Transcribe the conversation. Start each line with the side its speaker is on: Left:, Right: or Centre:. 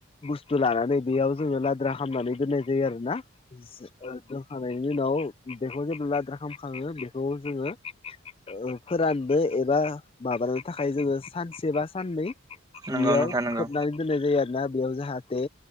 Left: बुसथु लानानै बेयाव जोङो लाद्रा खालामामनानै दोननाय जायो आरोना ओ दोनखांनायनि उनाव बेखौ जेब्ला लाद्रा खालामखाङो बेखौ जोङो ओ फोराननो एबा माबानो थाखाय जोङो सानसे बा साननै हियाव
Right: नंगौ नोंथां नंगौ
Left: खोबनानै दोननाय जायो आरोना बेयाव जाहाथे